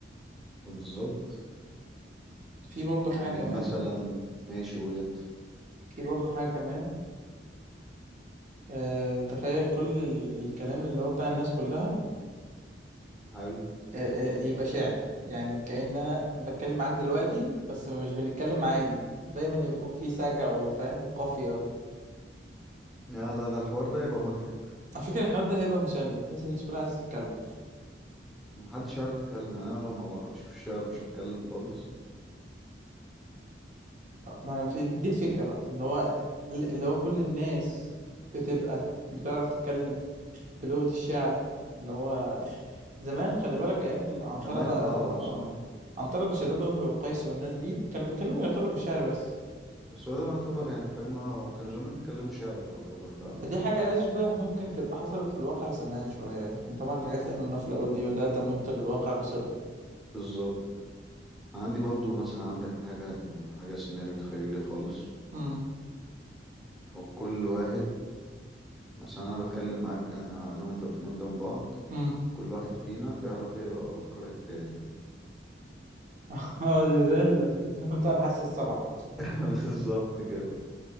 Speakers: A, in the centre; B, on the right.
A: بالظبط
B: في برضه حاجة
A: يعني
B: كمان
A: مثلا ماشي قول انت
B: في برضه حاجة كمان آه، تخيل كل ال- الكلام اللي هو بتاع الناس كلها
A: حلو
B: آه، آه، يبقى شعر يعني كأن انا بتكلم معاك دلوقتي بس مش بنتكلم عادي دايما يكون في سجع او فاهم وقافية او
A: لا لا ده الحوار ده هيبقى مضحك
B: على فكرة الحوار ده هيبقى مسلي بحيث الناس كلها عايزة تتكلم
A: محدش عارف يتكلم يعني انا لو ما بعرفش في الشعر مش هتكلم خالص
B: ما انا في دي دي الفكرة بقى اللي هو اللي هو كل الناس بتبقى بتعرف تتكلم بلغة الشعر اللي هو زمان خلي بالك ايام العنترة
A: زمان
B: بقى
A: اه هو
B: اه
A: زمان
B: عنترة بن شداد وامرؤ القيس والناس دي كانوا بيتكلموا يعتبر بالشعر بس
A: بس هو ده يعتبر يعني فاهم اه هو كان زمان بيتكلموا شعر يعتبر فعلا
B: دي حاجة أشبه ممكن تبقى حصلت في الواقع زمان شوية لكن طبعا الحاجات اللي احنا قلناها في الأول دي لا تمت للواقع بصلة
A: بالظبط عندي برضو مثلا عندك حاجة يعني حاجة سيناريو تخيلي خالص
B: مم.
A: هو كل واحد عشان انا بتكلم معاك انا انا وانت واقفين قدام بعض
B: مم.
A: كل واحد فينا بيعرف يقرأ افكار التاني
B: <laughs> اه دي زي ال- الفيلم بتاع الحاسة السابعة
A: <laughs> بالظبط كده